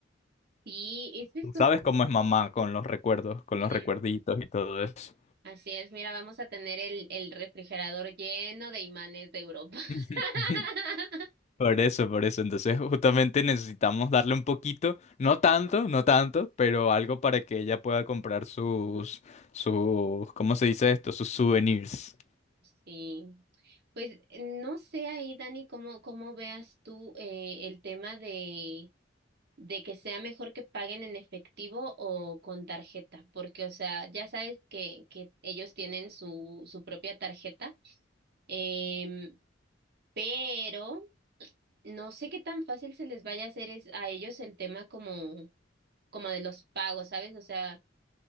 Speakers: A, on the right; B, on the left.
A: Sí, esa es
B: Tú ¿Sabes
A: otra.
B: cómo es mamá con los recuerdos, con los
A: Mm,
B: recuerditos y todo eso?
A: Así es, mira, vamos a tener el, el refrigerador lleno de imanes de Europa. <laughs>
B: <laughs> Por eso, por eso. Entonces, justamente necesitamos darle un poquito, no tanto, no tanto, pero algo para que ella pueda comprar sus, sus, ¿cómo se dice esto? Sus souvenirs.
A: Sí, pues no sé ahí, Dani, cómo, cómo veas tú eh, el tema de, de que sea mejor que paguen en efectivo o con tarjeta, porque, o sea, ya sabes que, que ellos tienen su, su propia tarjeta, em, pero no sé qué tan fácil se les vaya a hacer es, a ellos el tema como, como de los pagos, ¿sabes? O sea...